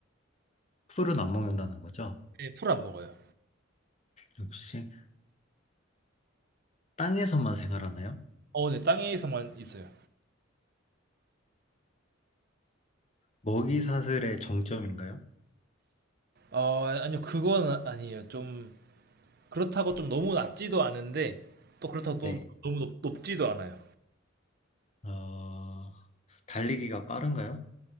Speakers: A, on the left; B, on the right.
A: 풀은 안 먹는다는 거죠?
B: 예, 풀안 먹어요.
A: 육식. 땅에서만 생활하나요?
B: 어, 네 땅에서만 있어요.
A: 먹이 사슬의 정점인가요?
B: 어, 아니요 그건 아- 아니에요. 좀 그렇다고 좀 너무 낮지도 않은데 또 그렇다고
A: 네.
B: 또 너무 높, 높지도 않아요.
A: 어, 달리기가 빠른가요?